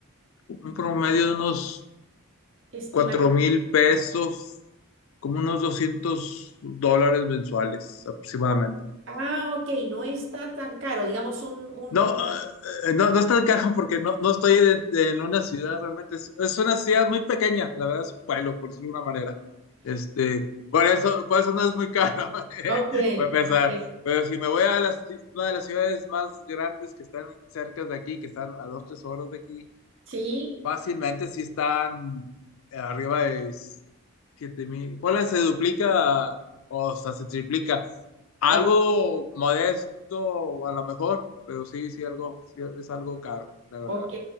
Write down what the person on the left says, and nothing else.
un promedio de unos
cuatro mil pesos,
como unos 200 dólares mensuales aproximadamente.
No, eh, no, no es tan caro porque no, no estoy en, en una ciudad realmente, es, es una ciudad muy pequeña, la verdad es un pueblo, por decirlo de una manera. Este, por eso, por eso no es muy caro, <laughs> para
empezar.
Pero si me voy a las ci- una de las ciudades más grandes que están cerca de aquí, que están a dos, tres horas de aquí,
Fácilmente sí están eh, arriba de siete mil ¿Cuál se duplica o sea, se triplica? Algo
modesto, a lo mejor, pero sí, sí, algo, sí, es algo caro, la verdad.